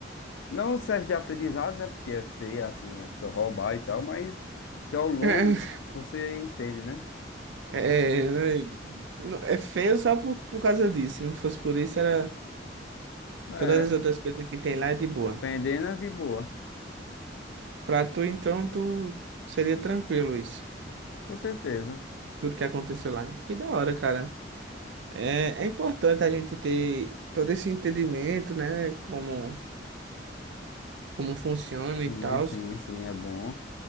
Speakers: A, on the left (about 80°); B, on the right (about 75°).
A: Não serve de aprendizado, né? Porque é feia, assim, a pessoa roubar e tal, mas que ao longo
B: <laughs>
A: você entende, né?
B: É, é é feio só por, por causa disso. Se não fosse por isso, era
A: É,
B: todas as outras coisas que tem lá é de boa.
A: dependendo é de boa,
B: Pra tu, então, tu seria tranquilo isso.
A: com certeza.
B: Tudo que aconteceu lá. Que da hora, cara. É, é importante a gente ter todo esse entendimento, né? Como, como funciona
A: Sim,
B: e tal.
A: sim, sim, é bom.